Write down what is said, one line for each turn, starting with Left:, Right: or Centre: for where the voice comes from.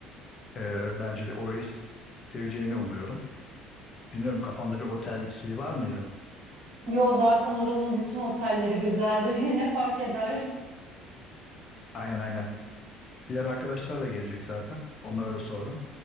Left: E, bence de orayı s- seveceğini umuyorum. Bilmiyorum kafanda bir otel şeyi var mıydı?
Right: Yo zaten oranın bütün otelleri güzeldir. <laughs> yine fark eder?
Left: Aynen aynen. Diğer arkadaşlar da gelecek zaten. Onlara da sordum.